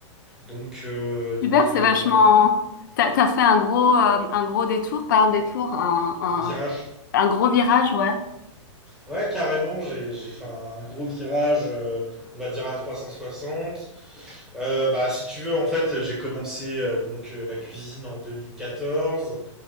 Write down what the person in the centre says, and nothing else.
donc, euh, donc
euh,
voilà.
Virage.
Ouais, carrément, j'ai j'ai fait un, un gros virage, euh, on va dire à 360. Euh, bah, si tu veux, en fait, j'ai commencé euh, donc euh, la cuisine en 2014.